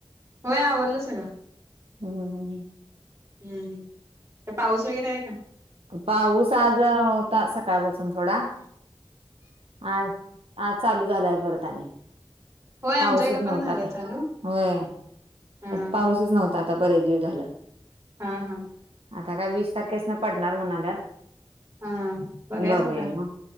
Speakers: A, on the right (about 30°); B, on the right (about 75°).
A: होय आवरलं सगळ.
B: हम्म हम.
A: हम्म.. तर पाऊस वगैरे आहे का,
B: पाऊस आज होता, सकाळपासून थोडा आ.. आज परत चालू झालंय परत आणि,
A: होय
B: पाऊसच
A: आमच्याकडे
B: नव्हता
A: पण झालंय
B: आता
A: चालू
B: व्हय
A: हा
B: पाऊसच नव्हता आता बरेच दिवस झालं.
A: हा हा.
B: आता काय वीस तारखेस न पडणार म्हणाल्यात.
A: हा बघायचं
B: बघूया
A: आता
B: मग